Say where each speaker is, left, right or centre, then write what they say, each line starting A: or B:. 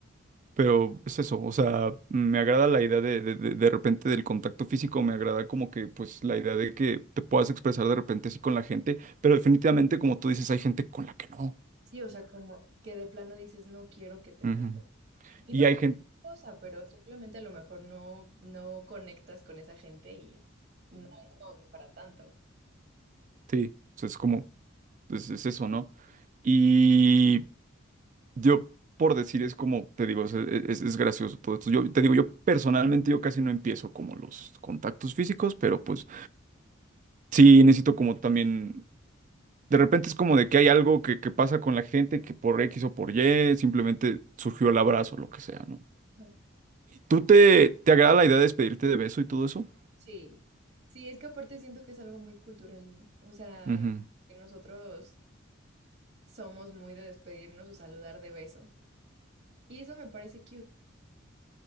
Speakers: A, on the right; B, on the right.
A: Pero es eso, o sea, me agrada la idea de, de, de, de repente del contacto físico, me agrada como que, pues, la idea de que te puedas expresar de repente así con la gente, pero definitivamente, como tú dices, hay gente con la que no.
B: Sí, o sea, como que de plano dices, no quiero que te
A: Ujú.
B: maten. Y
A: Y
B: no
A: hay
B: por
A: gente...
B: otra cosa, pero simplemente a lo mejor no, no conectas con esa gente y no es como que para tanto.
A: Sí, o sea, es como, es, es eso, ¿no? Y yo, por decir, es como, te digo, es, es- es gracioso todo esto. Yo te digo, yo personalmente, yo casi no empiezo como los contactos físicos, pero pues... Sí, necesito como también, de repente es como de que hay algo que, que pasa con la gente que por X o por Y simplemente surgió el abrazo, lo que sea, ¿no?
B: Ajá.
A: ¿Tú te, te agrada la idea de despedirte de beso y todo eso?
B: Sí. Sí, es que aparte siento que es algo muy cultural, ¿no? O sea,
A: Ujú,
B: que nosotros somos muy de despedirnos o saludar de beso. Y eso me parece cute,